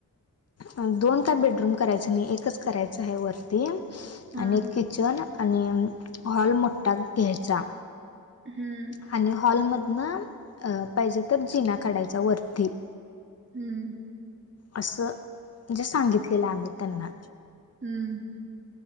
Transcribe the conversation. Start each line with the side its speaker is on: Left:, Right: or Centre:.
Left: ह दोन काय बेडरूम करायचं नाही एकच करायच हाय वरतीआणि
Right: हा
Left: कि किचन आणि हॉल मोठ्ठा घ्यायचा
Right: हम्म
Left: आणि हॉलमधनं अ पाहिजे तर जिना काढायचा वरती
Right: हम्म
Left: असं म्हणजे सांगितलेलं आम्ही त्यांना
Right: हम्म